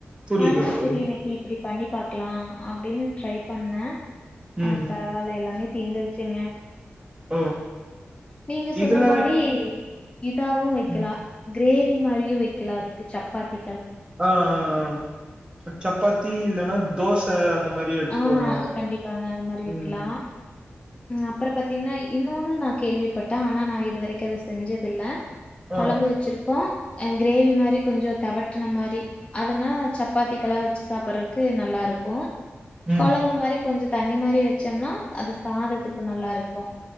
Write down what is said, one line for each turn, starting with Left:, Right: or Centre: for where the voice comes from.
Right: புரியுது
Left: ஆனா
Right: தோழி
Left: சரி இன்னைக்கு இப்படி பண்ணி பாக்கலாம் அப்படின்னு ட்ரை பண்ணேன் ஆஹ்
Right: ம்
Left: பரவாயில்ல எல்லாமே தீந்துடுச்சுங்க
Right: ஓ
Left: நீங்க சொன்ன
Right: இதுல
Left: மாதிரி இதாவும் வைக்கலா
Right: ம்
Left: கிரேவி மாதிரியு வைக்கலா அது சப்பாத்தி
Right: ஆஹ்ஹ் சப்பாத்தி இல்லனா தோசை அந்த மாரி எடுத்துட்டு
Left: ஆஹ்
Right: வருவாங்க
Left: கண்டிப்பாங்க அது மாதிரி விக்லா
Right: ம்
Left: அப்புறம் பாத்தீங்கன்னா இன்னொன்னு நான் கேள்விப்பட்டேன் ஆனா நான் இது வரைக்கு அது செஞ்சது இல்ல
Right: ஆ
Left: குழம்பு வச்சிருக்கோ அ கிரேவி மாதிரி கொஞ்ச தவட்டின மாதிரி அதனா சப்பாத்திகெல்லா வச்சு சாப்பிடுறதுக்கு நல்லா இருக்கு
Right: ம்
Left: குழம்பு மாதிரி கொஞ்ச தண்ணி மாதிரி வச்சோம்னா அது சாதத்துக்கு நல்லா இருக்கு